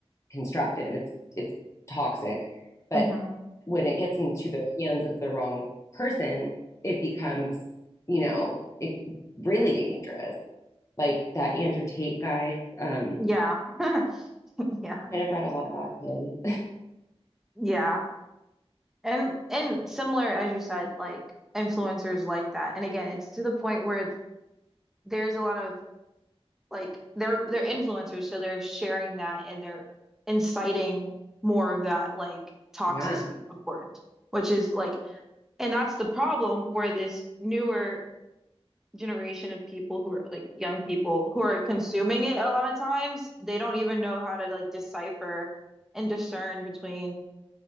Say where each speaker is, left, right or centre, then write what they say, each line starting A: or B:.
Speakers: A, on the left (about 30°); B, in the centre.
A: constructive. It's it's toxic. But
B: hmm
A: when it gets into the hands of the wrong person, it becomes, you know, it really dangerous. Like that Andrew Tate guy, um,
B: yeah, <laughs> yeah,
A: and I've read a lot about him.
B: yeah, and and similar as you said, like influencers like that. And again, it's to the point where there's a lot of like they're they're influencers, so they're sharing that and they're inciting more of that like toxicity,
A: <laughs> yeah.
B: of course, which is like, and that's the problem where this newer generation of people who are like young people who are consuming it a lot of times, they don't even know how to like decipher and discern between